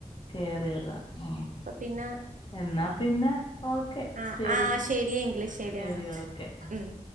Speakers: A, on the left (about 35°); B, on the right (about 70°).
A: കേറിയതാ ആഹ്
B: പിന്നെ
A: എന്നാ പിന്നെ ഓ ക്കെ
B: ആഹ്
A: ശരി
B: ആഹ് ശരിയെങ്കില്
A: ശരി
B: ആഹ്
A: ഓക്കെ
B: ഉം